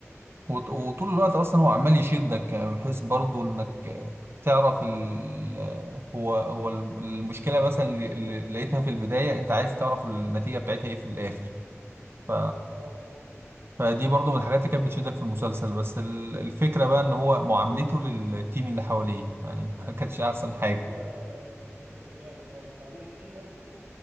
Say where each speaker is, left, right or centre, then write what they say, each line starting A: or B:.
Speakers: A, on the right; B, on the right.
A: وط- وطول الوقت اصلا هو عمال يشدك آه، بحيث برضو انك آه، تعرف ال آه، هو هو الم- المشكله مثلا اللي اللي لقيتها في البدايه انت عايز تعرف النتيجه بتاعتها ايه في الاخر ف
B: اه
A: فدي برضو من الحاجات اللي كانت بتشدك في المسلسل بس ال- الفكرة بقى ان هو معاملته للتيم اللي حواليه يعني ما كانتش احسن حاجة
B: معامله آه، سيئه للغايه وبعدين التيم نفسه